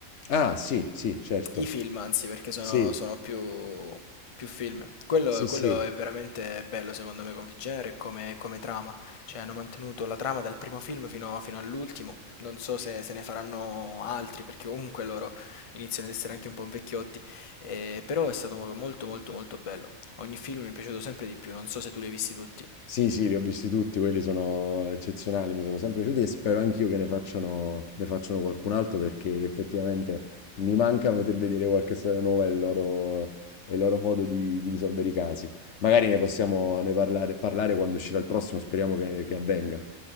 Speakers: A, on the left (about 60°); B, on the left (about 30°).
A: Ah, sì, sì, certo.
B: I film, anzi, perché sono,
A: Sì,
B: sono più, più film. Quello,
A: sì, sì.
B: quello è veramente bello, secondo me, come genere e come, come trama. Cioè, hanno mantenuto la trama dal primo film fino, fino all'ultimo. Non so se, se ne faranno altri, perché comunque loro iniziano ad essere anche un po' vecchiotti. Eh, però è stato molto, molto, molto bello. Ogni film mi è piaciuto sempre di più. Non so se tu li hai visti tutti.
A: Sì, sì, li ho visti tutti, quelli sono eccezionali, mi sono sempre piaciuti e spero anch'io che ne facciano, ne facciano qualcun altro perché effettivamente mi manca poter vedere qualche storia nuova e il loro, e il loro modo di, di risolvere i casi. Magari ne possiamo ne parlare, parlare quando uscirà il prossimo, speriamo che, che avvenga.